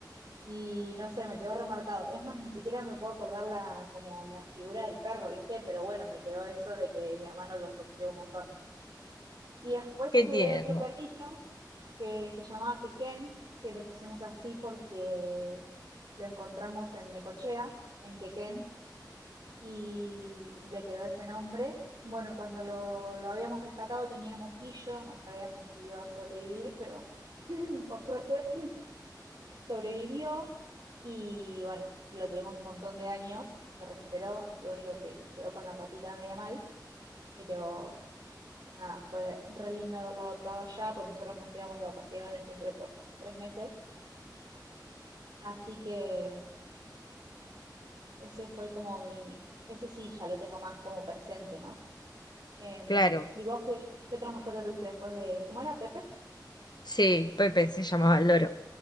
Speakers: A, on the right; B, on the left.
A: Y no sé, me quedó remarcado. Es más, ni siquiera me puedo acordar la, como la figura del perro, ¿viste? Pero bueno, me quedó eso de que mi hermano lo sufrió un montón. Y después
B: qué
A: tuve
B: tierno.
A: otro perrito que se llamaba Quequén, que le pusimos así porque lo encontramos en Necochea, en Quequén, y le quedó ese nombre. Bueno, cuando lo, lo habíamos rescatado tenía moquillo, no sabíamos si iba a sobrevivir, pero <clears throat> por suerte sobrevivió y bueno, lo tuvimos un montón de años, se recuperó, lo único que quedó con la patita media mal, pero nada, fue re lindo haberlo adoptado allá, porque nosotros nos íbamos de vacaciones siempre por tres meses, así que ese fue como mi, ese sí, ya lo tengo más como presente, ¿no? Em,
B: Claro,
A: ¿y vos qué, qué otra mascota tuviste después de, ¿cómo era Pepe?
B: sí, Pepe se llamaba el loro.